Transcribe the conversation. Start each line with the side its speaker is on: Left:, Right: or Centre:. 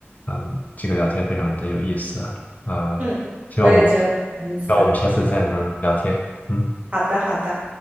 Left: 嗯，这个聊天非常的有意思。呃，
Right: 嗯，
Left: 希望我们，
Right: 我也觉得很有意思。
Left: 希望我们下次再能聊天。嗯。
Right: 好的，好的，